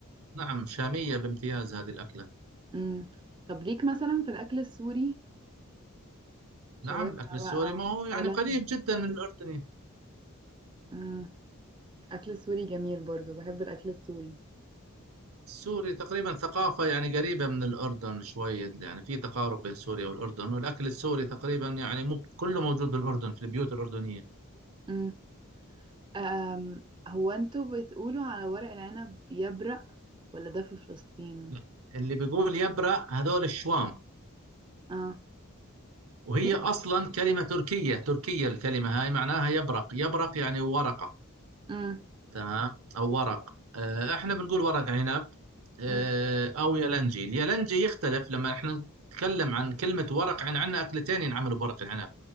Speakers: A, on the right; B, on the right.
A: نعم شامية بامتياز هذه الأكلة
B: امم طب ليك مثلا في الأكل السوري شاورما
A: نعم الأكل السوري
B: بقى أو
A: ما هو يعني
B: يا لهوي
A: قريب جدا من الأردن
B: امم أكل سوري جميل برضو بحب الأكل السوري
A: سوري تقريبا ثقافة يعني قريبة من الأردن شوية يعني في تقارب بين سوريا والأردن والأكل السوري تقريبا يعني مو كله موجود بالأردن في البيوت الأردنية
B: امم أم هو انتوا بتقولوا على ورق العنب يبرق ولا ده في فلسطين
A: لا، اللي بيقول يبرق هذول الشوام
B: اه
A: وهي
B: في
A: أصلا كلمة تركية تركية الكلمة هاي معناها يبرق يبرق يعني ورقة
B: امم
A: تمام أو ورق آه، إحنا بنقول ورق عنب آه،
B: امم
A: أو يلنجي اليلنجي يختلف لما إحنا نتكلم عن كلمة ورق عن عندنا أكلتين ينعملوا بورق العنب